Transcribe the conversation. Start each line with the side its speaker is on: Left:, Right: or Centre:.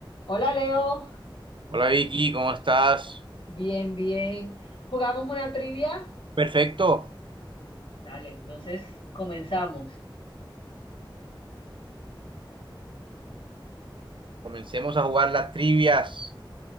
Left: Hola Leo,
Right: Hola Vicky, ¿cómo estás?
Left: bien, bien. ¿Jugamos una trivia?
Right: Perfecto,
Left: Dale, entonces comenzamos.
Right: comencemos a jugar las trivias.